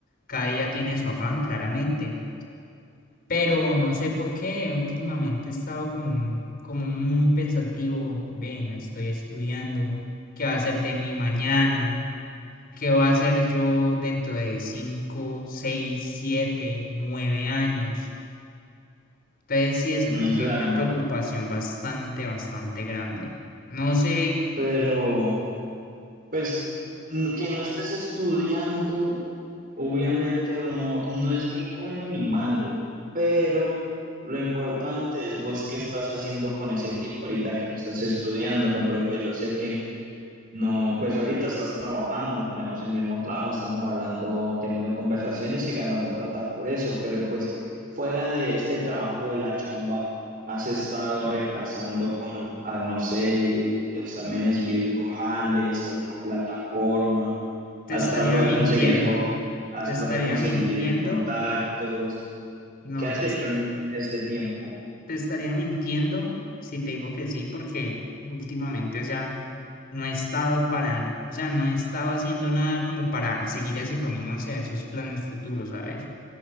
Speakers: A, on the left; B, on the right.
A: Cada día tiene su afán, claramente. Pero no sé por qué, últimamente he estado como, mm, como muy pensativo, ve, no estoy estudiando, qué va a ser de mi mañana, qué va a ser yo dentro de 5 6 7 9 años. Entonces sí es
B: Mm,
A: como que
B: claro,
A: una preocupación bastante, bastante grande. No sé,
B: pero pues mm, que no estés estudiando Obviamente no, no es ni bueno ni malo, pero lo importante es vos qué estás haciendo con ese tiempo ahorita que no estás estudiando. Por ejemplo, yo sé que no, pues ahorita estás trabajando, tenemos el mismo trabajo, estamos hablando, teniendo conversaciones y ganando plata por eso, pero pues fuera de este trabajo de la chamba, has estado repasando con, ah, no sé, exámenes virtuales, alguna plataforma,
A: te
B: has
A: estaría
B: tratado
A: mintiendo.
B: de conseguir, vo- has
A: Te
B: tratado
A: estaría
B: de conseguir
A: mintiendo.
B: contactos,
A: No,
B: ¿qué has
A: te,
B: hecho
A: es-
B: en este tiempo?
A: te estaría mintiendo si te digo que sí, porque últimamente, o sea, no he estado para, o sea, no he estado haciendo nada como para seguir ese camino hacia esos planes futuros, ¿sabes?